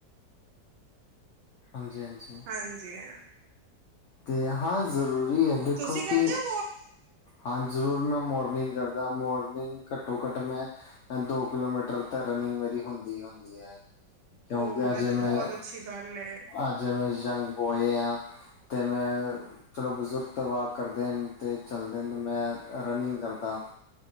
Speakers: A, on the left; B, on the right.
A: ਹਾਂਜੀ-ਹਾਂਜੀ।
B: ਹਾਂਜੀ ਹਾ,
A: ਤੇ ਹਾਂ ਜ਼ਰੂਰੀ ਐ ਦੇਖੋ
B: ਤੁਸੀਂ ਕਰਦੇ
A: ਕਿ
B: ਹੋ ਵੋਕ?
A: ਹਾਂ ਜ਼ਰੂਰ ਮੈਂ ਮੋਰਨਿੰਗ ਕਰਦਾ ਮੋਰਨਿੰਗ ਘੱਟੋ-ਘੱਟ ਮੈਂ ਦੋ ਕਿਲੋਮੀਟਰ ਤਾਂ ਰਨਿੰਗ ਮੇਰੀ ਹੁੰਦੀ ਹੀ ਹੁੰਦੀ ਐ। ਕਿਉਂਕਿ
B: ਉਹ
A: ਅਜੇ
B: ਇਹ ਤੇ
A: ਮੈਂ
B: ਬਹੁਤ ਅੱਛੀ ਗੱਲ ਏ
A: ਅਜੇ ਮੈਂ ਯੰਗ ਬੋਏ ਆ। ਤੇ ਮੈਂ ਚਲੋ ਬਜ਼ੁਰਗ ਤਾਂ ਵਾਕ ਕਰਦੇ ਨੇ ਤੇ ਚੱਲਦੇ ਨੇ ਮੈਂ ਰਨਿੰਗ ਕਰਦਾ।